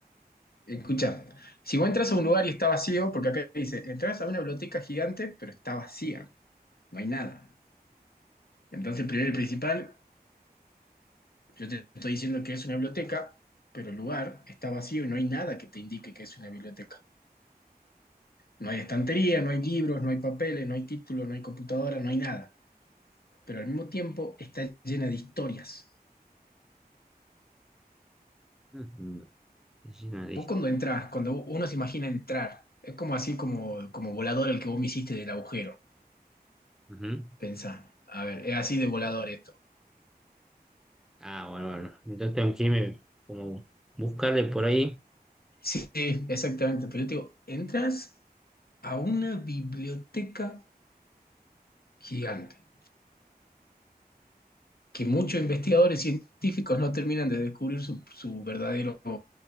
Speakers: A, on the left; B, in the centre.
A: Escucha, si vos entras a un lugar y está vacío, porque acá dice, entras a una biblioteca gigante, pero está vacía, no hay nada. Entonces, primero y principal, Yo te estoy diciendo que es una biblioteca, pero el lugar está vacío y no hay nada que te indique que es una biblioteca. No hay estantería, no hay libros, no hay papeles, no hay títulos, no hay computadora, no hay nada. Pero al mismo tiempo está llena de historias.
B: Ujú. Ah, listo.
A: Vos cuando entras, cuando uno se imagina entrar, es como así como, como volador el que vos me hiciste del agujero.
B: Ujú.
A: Pensá, a ver, es así de volador esto.
B: Ah, bueno, bueno. Entonces tengo que irme como buscarle por ahí.
A: Sí, sí, exactamente. Pero yo te digo, entras a una biblioteca gigante. que muchos investigadores científicos no terminan de descubrir su, su verdadero,